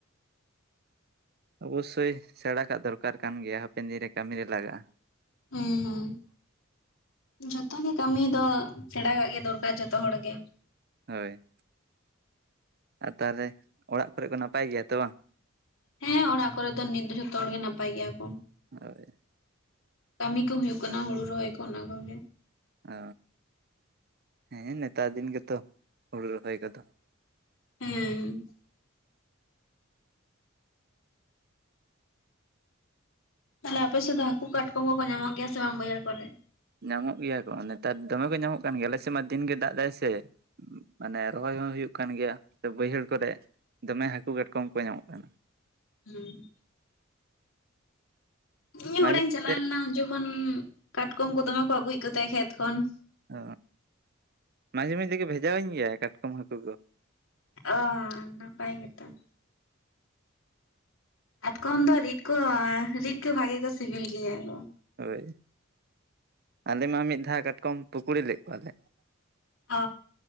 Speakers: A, on the right; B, on the left.
A: ᱚᱵᱩᱥᱥᱳᱭ ᱥᱮᱬᱟ ᱠᱟᱜ ᱫᱚᱨᱠᱟᱨ ᱠᱟᱱ ᱜᱮᱭᱟ ᱦᱟᱯᱮᱱ ᱫᱤᱱ ᱨᱮ ᱠᱟᱹᱢᱤ ᱨᱮ ᱞᱟᱜᱟᱜᱼᱟ᱾
B: ᱦᱮᱸ ᱦᱩᱸ ᱡᱚᱛᱚ ᱜᱮ ᱠᱟᱹᱢᱤ ᱫᱚ ᱥᱮᱬᱟᱠᱟᱜ ᱜᱮ ᱫᱚᱨᱠᱟᱨ ᱡᱚᱛᱚ ᱦᱚᱲ ᱜᱮ᱾
A: ᱦᱳᱭ ᱟᱨ ᱛᱟᱦᱚᱞᱮ ᱚᱲᱟᱜ ᱠᱚᱨᱮ ᱠᱚ ᱱᱟᱯᱟᱭ ᱜᱮᱭᱟ ᱛᱚ ᱵᱟᱝ?
B: ᱦᱮᱸ ᱚᱲᱟᱜ ᱠᱚᱨᱮ ᱫᱚ ᱱᱤᱛ ᱫᱚ ᱡᱷᱚᱛᱚ ᱦᱚᱲᱜᱮ ᱱᱟᱯᱟᱭ ᱜᱮᱭᱟ ᱠᱚ᱾
A: <unintelligible>
B: ᱠᱟᱹᱢᱤ ᱠᱚ ᱦᱩᱭᱩᱜ ᱠᱟᱱᱟ, ᱦᱩᱲᱩ ᱨᱚᱦᱚᱭ ᱠᱚ ᱚᱱᱟ ᱠᱚᱜᱮ ᱾
A: ᱚ, ᱦᱮᱸ ᱱᱮᱛᱟᱨ ᱫᱤᱱ ᱜᱮᱛᱚ ᱦᱩᱲᱩ ᱨᱚᱦᱚᱭ ᱠᱚᱫᱚ ᱾
B: ᱦᱮᱸ ᱾ ᱛᱟᱦᱚᱞᱮ ᱟᱯᱮ ᱥᱮᱫ ᱫᱚ ᱦᱟᱹᱠᱩ ᱠᱟᱴᱠᱚᱢ ᱠᱚ ᱠᱚ ᱧᱟᱢᱚᱜ ᱜᱮᱭᱟ ᱥᱮ ᱵᱟᱝ ᱵᱟᱹᱭᱦᱟᱹᱲ ᱠᱚᱨᱮ?
A: ᱧᱟᱢᱚᱜ ᱜᱮᱭᱟ ᱠᱚ, ᱱᱮᱛᱟᱨ ᱫᱚᱢᱮ ᱠᱚ ᱧᱟᱢᱚᱜ ᱠᱟᱱ ᱜᱮᱭᱟ ᱟᱞᱮ ᱥᱮᱱᱢᱟ ᱫᱤᱱ ᱜᱮ ᱫᱟᱜ ᱮᱫᱟᱭ ᱥᱮ ᱾ ᱢᱟᱱᱮ ᱨᱚᱦᱚᱭ ᱦᱚᱸ ᱦᱩᱭᱩᱜ ᱠᱟᱱ ᱜᱮᱭᱟ, ᱥᱮ ᱵᱟᱹᱭᱦᱟᱹᱲ ᱠᱚᱨᱮ ᱫᱚᱢᱮ ᱦᱟᱹᱠᱩ ᱠᱟᱴᱠᱚᱢ ᱠᱚ ᱧᱟᱢᱚᱜ ᱠᱟᱱᱟ ᱾
B: ᱦᱮᱸ ᱾ ᱤᱧ ᱦᱚᱸ
A: ᱢᱟᱡᱷᱮ
B: ᱚᱲᱟᱜ ᱤᱧ
A: ᱢᱚᱫᱽᱫᱷᱮ
B: ᱪᱟᱞᱟᱣ ᱞᱮᱱᱟ ᱡᱚᱠᱷᱚᱱ, ᱠᱟᱴᱠᱚᱢ ᱠᱚ ᱫᱚᱢᱮ ᱠᱚ ᱟᱹᱜᱩᱭᱮᱫ ᱠᱚ ᱛᱟᱸᱦᱮᱱᱟ ᱠᱷᱮᱛ ᱠᱷᱚᱱ ᱾
A: ᱚ ᱢᱟᱡᱷᱮ ᱢᱚᱫᱽᱫᱷᱮ ᱜᱮ ᱵᱷᱮᱡᱟᱣᱟᱹᱧ ᱜᱮᱭᱟᱭ ᱠᱟᱴᱠᱚᱢ ᱦᱟᱹᱠᱩ ᱫᱚ ᱾
B: ᱚ ᱱᱟᱯᱟᱭ ᱜᱮᱛᱚ ᱾ ᱠᱟᱴᱠᱚᱢ ᱫᱚ ᱨᱤᱫ ᱠᱚ ᱨᱤᱫ ᱠᱚ ᱵᱷᱟᱜᱤ ᱠᱚ ᱥᱤᱵᱤᱞ ᱜᱮᱭᱟ ᱾
A: ᱦᱳᱭ, ᱟᱞᱮ ᱢᱟ ᱢᱤᱫ ᱫᱷᱟᱣ ᱠᱟᱴᱠᱚᱢ ᱯᱩᱠᱲᱤ ᱞᱮᱫ ᱠᱚᱣᱟᱞᱮ ᱾
B: ᱚ,